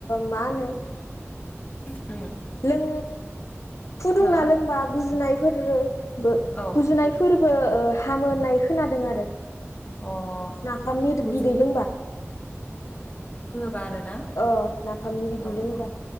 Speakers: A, on the left; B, on the left.
A: मा होनो
B: उम
A: लों फुदुंना
B: हो
A: लोंबा गुजुनायफोर बो
B: औ
A: गुजुनायफोरबो ओ हामो होननाय खोनादों आरो
B: अ
A: नाफामनि
B: गुजुं
A: बिदै लोंबा
B: बारोना
A: औ नाफामनि बिदै
B: औ औ
A: लोङोबा